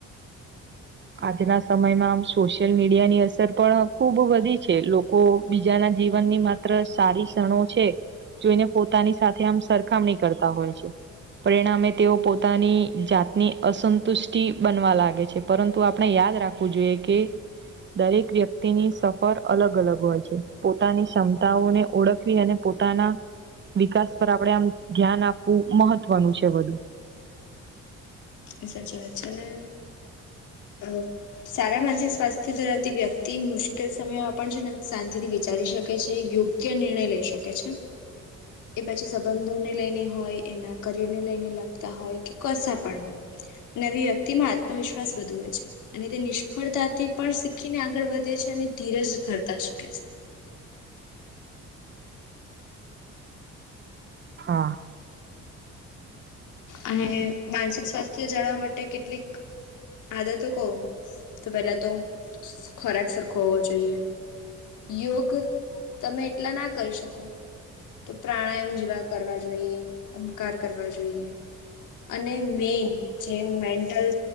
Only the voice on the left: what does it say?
સાચી વાત છે ને અ સારા માનસિક સ્વાસ્થ્ય ધરાવતી વ્યક્તિ મુશ્કેલ સમયમાં પણ છે ને શાંતિથી વિચારી શકે છે યોગ ક્ય નિર્ણય લઇ શકે છે
એ પછી સંબંધોને લઈને હોય એના કરિયરને લઈને લખતા હોય કે કશા પણ હોય નવી વ્યક્તિ માં આત્મવિશ્વાસ વધુ હોય છે અને તે નિષ્ફળતાથી પણ શીખીને આગળ વધે છે અને ધીરજ ધરતા શીખે છે
અને માનસિક સ્વાસ્થ્ય જાળવા માટે કેટલીક આદર તો કહ તો પેલા તો ખોરાક સરખો હોવો જોઈએ યોગ તમે એટલા ના કરી શકો તો પ્રાણાયામ જેવા કરવા જોઈએ ઓમકાર કરવા જોઈએ અને મેન જેમ મેન્ટલ